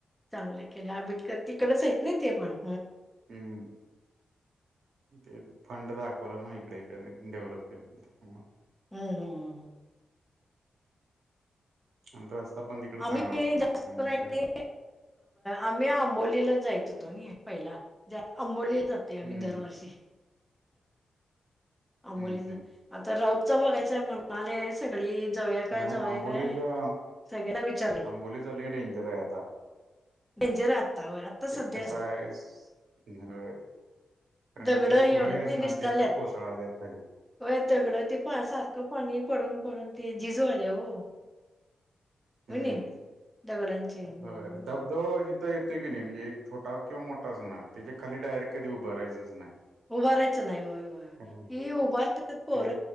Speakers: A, in the centre; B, on the right.
A: चांगले केलेबिटकर तिकडच आहेतेत ना ते पण
B: हम्म ते फंड दाखवला ना इकडे इकडे डेव्हलप केलं
A: हम हम
B: आणि रस्ता पण तिकड चांगला
A: आम्ही
B: झाला होता
A: जास्त
B: त्यामु
A: करून
B: काय
A: आम्ही आंबोलीला जायच होतो पहिला आंबोलीला जो आम्
B: हम्म
A: दरवर्षी आंबोली
B: हम्म हम्म.
A: आता राऊत च बघायचंय म्हणा आलेय सगळी जवया काय
B: नाही
A: जवय
B: आंबोलीला
A: काय सगळ्यांना विचारले
B: आंबोली चा डेंजर आहे आता
A: डेंजर आहे आता होय आता
B: ते
A: सध्या
B: कस आहे म्ह कारण
A: दगड
B: का ती
A: हे
B: सुळे
A: होल्यात
B: आहेत
A: नाही निसटाल्यात.
B: ना ती आता कोसळल्या आहेत खाली
A: होय दगड ते पा सारखं पाणी पडून पडून ते जिजू आले हो
B: हम्म
A: होय नी. दगडांचे हं
B: हो धबधबा इिथं येतो की नाही म्हणजे छोा किंवा मोठाच ना त्याच्या खाली डायरेक्ट कधी उभारायंच नाही
A: उभारायचं नाही होय होय
B: हम्म
A: ह उभारतत पर
B: ते